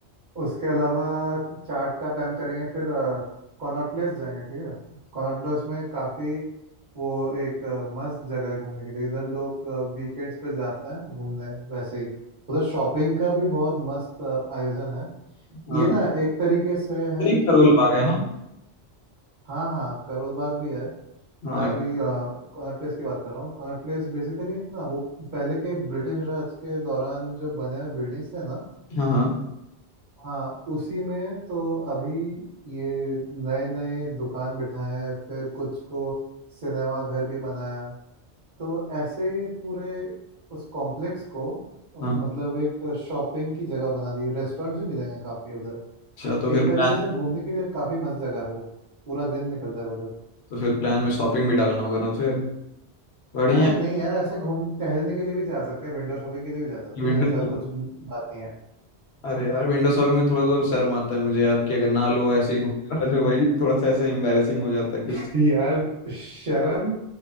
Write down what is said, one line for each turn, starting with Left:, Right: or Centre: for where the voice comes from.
Right: उसके अलावा चाट का प्लान करेंगे फिर कॉनॉट प्लेस जाएंगे ठीक है कॉनॉट प्लेस में काफ़ी वो एक अ, मस्त जगह है घूमने के लिए इधर लोग वीकेंड्स पे जाते हैं घूमने वैसे ही उधर शॉपिंग का भी बहुत मस्त अ, आयोजन है
Left: हाँ
Right: ये ना एक तरीके से है
Left: करीब
Right: कि
Left: करोल बाग
Right: अम,
Left: है ना
Right: हाँ हाँ करोल बाग भी है
Left: हाँ
Right: मैं अभी कॉनॉट प्लेस की बात कर रहा हूँ कॉनॉट प्लेस बेसिकली ना वो पहले के ब्रिटिश राज के दौरान जो बने हुए बिल्डिंग्स थे ना
Left: हाँ हाँ
Right: हाँ उसी में तो अभी ये नए नए दुकान बिठाए फिर कुछ को सिनेमा घर भी बनाया तो ऐसे ही पूरे उस कॉम्प्लेक्स को मतलब
Left: हाँ
Right: एक शॉपिंग की जगह बना दी रेस्टोरेंट्स भी मिलेंगे काफ़ी उधर
Left: अच्छा तो फिर
Right: एक तरीके
Left: प्लान
Right: से घूमने के लिए काफ़ी मस्त जगह है वो पूरा दिन निकल जाएगा उधर
Left: तो फिर प्लान में शॉपिंग भी डालना होगा ना फिर बढ़िया
Right: अरे
Left: है।
Right: नहीं यार ऐसे घूम टहलने के लिए भी जा सकते हैं विंडो शॉपिंग के लिए भी जा सकते
Left: ये विंडो
Right: हैं ऐसा
Left: शॉप-
Right: कुछ बात नहीं है
Left: अरे यार विंडो शॉपिंग में थोड़ा तो शर्म आता है मुझे यार कि अगर ना लो ऐसे ही घूम <laughs> जो भाई थोड़ा सा ऐसे एम्बेरसिंग हो जाता है कुछ
Right: <laughs> यार शर्म